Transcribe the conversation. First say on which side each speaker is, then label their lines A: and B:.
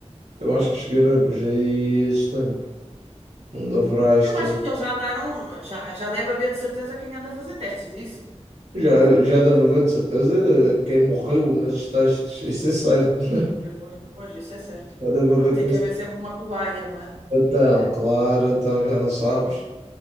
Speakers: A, on the right; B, on the right.
A: eu acho que chegaremos aí a esse tempo, onde haverá esta...
B: Eu acho que eles já andaram, já, já deve haver de certeza quem anda a fazer testes disso.
A: Já, já deve haver, de certeza, quem morreu nestes testes, <laughs> isso é certo. <laughs>
B: Que horror. Pois, isso é certo.
A: Já deve haver
B: Ah, tem
A: quem
B: que haver sempre uma cobaia, não é?
A: Então, claro, então já não sabes.